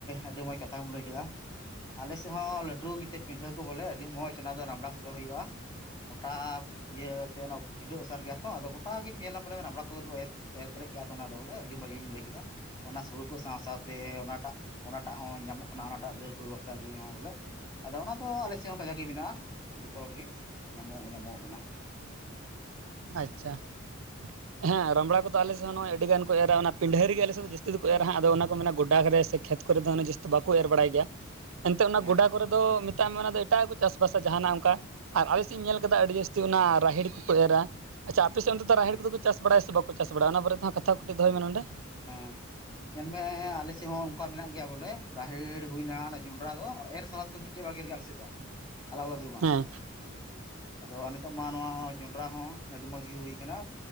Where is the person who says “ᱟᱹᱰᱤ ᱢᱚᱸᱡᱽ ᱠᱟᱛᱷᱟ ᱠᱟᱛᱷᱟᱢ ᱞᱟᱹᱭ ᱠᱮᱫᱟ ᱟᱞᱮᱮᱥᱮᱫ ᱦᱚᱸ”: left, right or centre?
Left